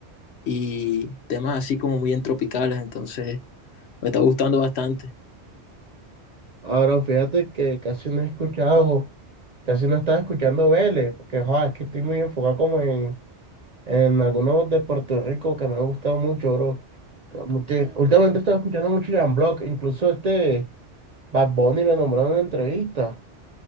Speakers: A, on the left (about 70°); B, on the right (about 50°).
A: y temas así como muy entropicales, entonces me está gustando bastante.
B: ahora fíjate que casi no he escuchado, casi no estaba escuchando Vélez, porque joa, es que estoy muy enfocado como en, en algunos de Puerto Rico que me han gustado mucho, bro. Como que Últimamente estaba escuchando mucho Jan Block, incluso este Bad Bunny lo nombraron en una entrevista.